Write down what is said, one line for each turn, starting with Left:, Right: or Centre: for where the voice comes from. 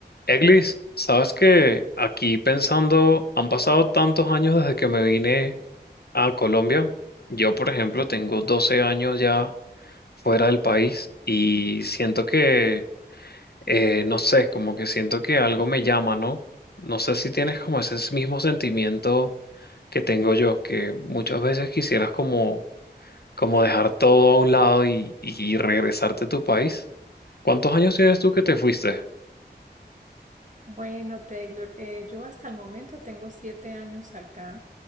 Left: Eglis, sabes que aquí pensando, han pasado tantos años desde que me vine a Colombia. Yo, por ejemplo, tengo 12 años ya fuera del país y siento que, eh, no sé, como que siento que algo me llama, ¿no? No sé si tienes como ese mismo sentimiento que tengo yo, que muchas veces quisieras como, como dejar todo a un lado y, y regresarte a tu país. ¿Cuántos años tienes tú que te fuiste?
Right: Bueno, Taylor, eh, yo hasta el momento tengo siete años acá